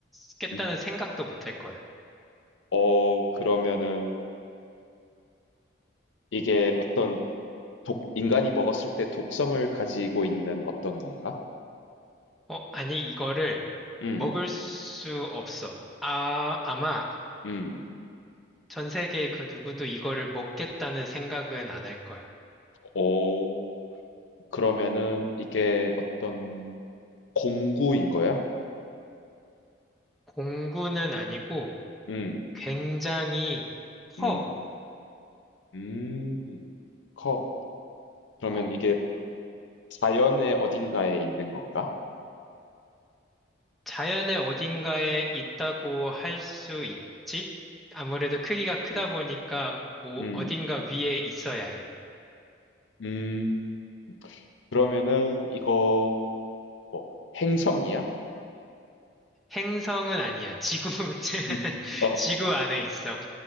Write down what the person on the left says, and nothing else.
음.
어, 그러면은 이게 어떤 독, 인간이 먹었을 때 독성을 가지고 있는 어떤 건가?
음.
음.
오. 그러면은 이게 어떤 공구인 거야?
음.
음. 음. 커. 그러면
이게 자연의 어딘가에 있는 건가?
음.
음.
음. 그러면은 이거 뭐 행성이야?
<laughs> 어.